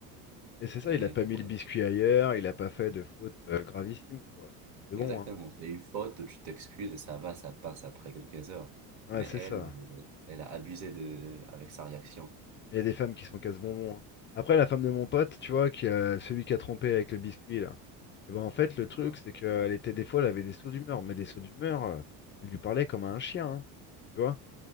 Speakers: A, on the left (about 30°); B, on the right (about 45°).
A: Et c'est ça,
B: Et
A: il a pas mis
B: ouais,
A: le biscuit ailleurs, il a pas fait de faute euh, gravissime, quoi. C'est
B: Exactement,
A: bon, hein.
B: c'est une faute où tu t'excuses et ça va, ça passe après quelques heures.
A: Ouais,
B: Mais
A: c'est
B: elle,
A: ça.
B: euh, elle a abusé de, avec sa réaction.
A: il y a des femmes qui sont casse-bonbons. hein. Après, la femme de mon pote, tu vois, qui a celui qui a trompé avec le biscuit, là. Et ben en fait, le truc,
B: hein.
A: c'est qu'elle était des fois, elle avait des sauts d'humeur, mais des sauts d'humeur, euh, elle lui parlait comme à un chien, hein, tu vois.